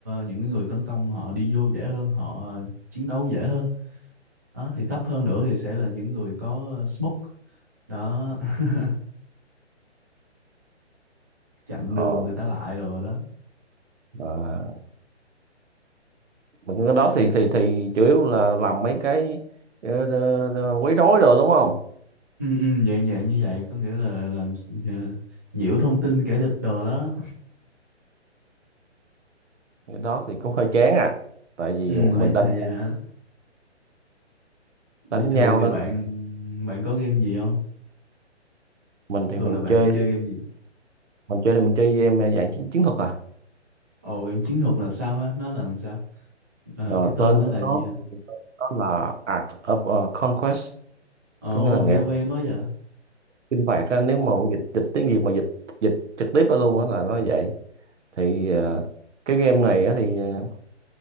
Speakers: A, on the right; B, on the right.
A: những cái người tấn công họ đi vô dễ hơn họ chiến đấu dễ hơn đó thì thấp hơn nữa thì sẽ là những người có ờ, smoke đó <laughs> chặn đường
B: Kỵ.
A: người ta lại rồi đó
B: À, mình cái đó thì thì thì chủ yếu là làm mấy cái ờ, ờ, ờ, quấy rối rồi đúng không?
A: ừ, ừ, dạng dạng như vậy có nghĩa là làm ờ, nhiễu thông tin kẻ địch đồ đó
B: Cái đó thì cũng hơi chán à. Tại vì
A: ừ, hơi-
B: mình đánh
A: hơi vậy hả vậy
B: đánh
A: thường
B: nhau
A: thì
B: đánh
A: bạn bạn có game gì không
B: mình thì
A: thường
B: mình
A: là bạn
B: chơi
A: hay chơi game gì
B: mình chơi thì mình chơi game ờ, dạng chiến chiến thuật à.
A: ồ game chiến thuật là sao hả nó là làm sao Ờ,
B: Ờ,
A: cái tên
B: tên
A: nó
B: của
A: là
B: nó
A: gì hả
B: thì đó là Art of ờ, Conquest,
A: ồ
B: có nghĩa là nghệ
A: nghe quen
B: thuật
A: quá vậy
B: chinh phạt á. Nếu mà dịch dịch tiếng Việt mà dịch dịch trực tiếp ra luôn á là nó vậy. Thì ờ, cái game này á thì ờ,